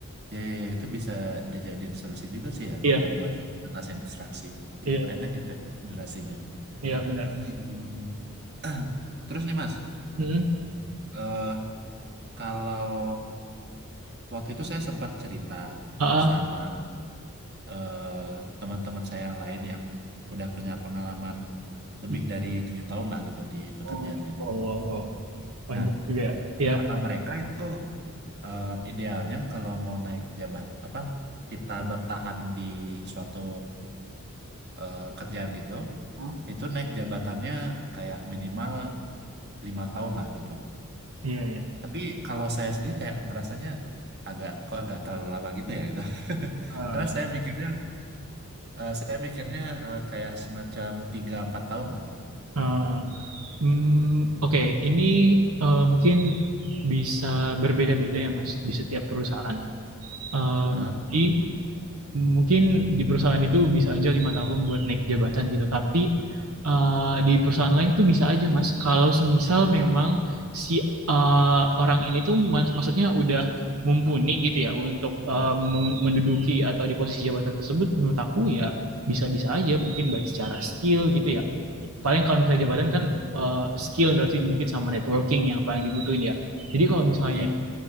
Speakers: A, on the right (about 50°); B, on the right (about 85°).
A: ya ya ya itu bisa dijadiin solusi juga sih ya
B: Iya,
A: kalau buat ngatasin distraksi diperpendek
B: iya,
A: gitu ya durasinya
B: iya benar.
A: ah iya iya iya. <clears throat> terus nih mas
B: Mm-mm.
A: eh kalau waktu itu saya sempat cerita
B: Ah,
A: sama eh teman-teman saya yang lain yang udah punya pengalaman lebih
B: ah.
A: dari tujuh tahun lah gitu di pekerjaannya
B: Oh, wow, wow, wow. Panjang
A: nah
B: juga ya. Iya,
A: kata mereka itu eh, idealnya kalau mau naik jabat apa kita bertahan di suatu eh, kerjaan gitu
B: Hah?
A: itu naik jabatannya kayak minimal lima tahun lah gitu
B: iya, iya.
A: tapi kalau saya sendiri kayak ngerasanya agak kok agak terlalu lama gitu ya gitu <laughs>
B: Ah,
A: karena saya mikirnya eh, saya mikirnya eh, kayak semacam tiga empat tahun lah gitu
B: ah, hmm, Oke, Ini eh, mungkin bisa berbeda-beda ya, Mas, di setiap perusahaan. Em,
A: Hah?
B: Jadi mungkin di perusahaan itu bisa aja lima tahun buat naik jabatan gitu tapi eh, di perusahaan lain tuh bisa aja mas kalau semisal memang si eh, orang ini tuh mas- maksudnya udah mumpuni gitu ya untuk eh, men- menduduki atau di posisi jabatan tersebut menurut aku ya bisa-bisa aja mungkin baik secara skill gitu ya paling kalau misalnya jabatan kan eh, skill nggak sih mungkin sama networking yang paling dibutuhin ya jadi kalau misalnya
A: Iya.